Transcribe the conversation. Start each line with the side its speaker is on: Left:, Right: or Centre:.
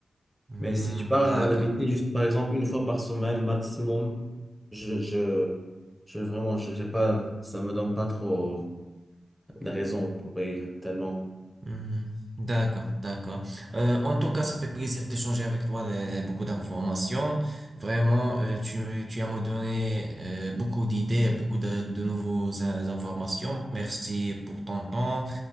Right: Hmm,
Centre: Mais si tu pars
Right: d'accord.
Centre: à la PT juste par exemple une fois par semaine maximum, je, je, je vraiment, je- j'ai pas, ça me donne pas trop de raisons pour payer tellement.
Right: Mhm. D'accord, d'accord. Euh, en tout cas, ça fait plaisir d'échanger avec toi euh, beaucoup d'informations. Vraiment, euh, tu, tu as me donné euh, beaucoup d'idées, beaucoup de, de nouvelles in- informations. Merci pour ton temps.